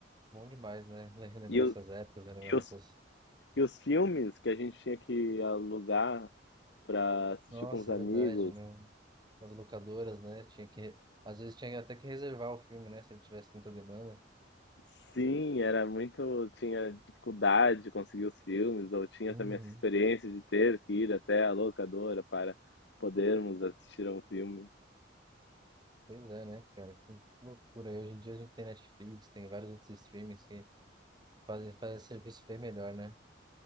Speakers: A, on the right (about 25°); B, on the left (about 65°).
A: bom demais, né? <laughs> Le- Relembrar
B: E, o-
A: essas épocas, relembrar
B: e os,
A: essas...
B: e os filmes que a gente tinha que alugar pra assistir
A: Nossa,
B: com os amigos,
A: é verdade, né? As locadoras, né? Tinha que... Às vezes tinha até que reservar o filme, né? Se ele tivesse muita demanda.
B: Sim, era muito. Tinha dificuldade de conseguir os filmes, ou tinha
A: Uhum.
B: também essa experiência de ter que ir até a locadora para podermos assistir a um filme.
A: Pois é, né, cara? Que, que loucura. E hoje em dia a gente tem Netflix, tem vários outros streamings que Fazer, fazer serviço bem melhor, né?